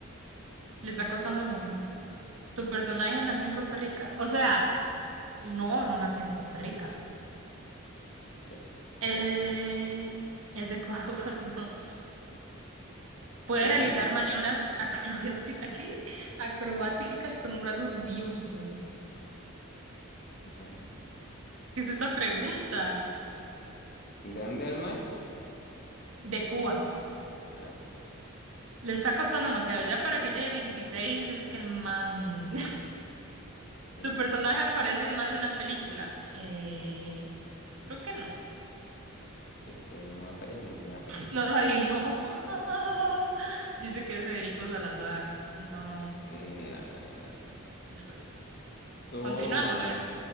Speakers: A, on the right; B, on the left.
A: Le está costando emoción. ¿Tu personaje nació en Costa Rica? O sea, no, no nació en Costa Rica.
B: pues
A: Eh,
B: supongo que no.
A: ¿es de Ecuador? <laughs> No. ¿Puede
B: ¿De dónde
A: realizar
B: era?
A: maniobras acrobati- aquí? acrobáticas con un brazo biónico?
B: No.
A: ¿Qué es esta pregunta?
B: ¿De dónde era el mae?
A: De Cuba.
B: Ah, de Cuba.
A: Le está costando demasiado. Ya para que lleve 26. es que el man... <laughs>
B: Sí,
A: ¿Tu
B: no.
A: personaje aparece más en la película? Eh, yo creo que no.
B: Es que no aparece en ninguna peli.
A: No lo adivinó. <laughs> Dice que es Federico Salazar. No,
B: Mm, No, no, no, no. no.
A: no lo es.
B: Toma.
A: Continuamos, a ver,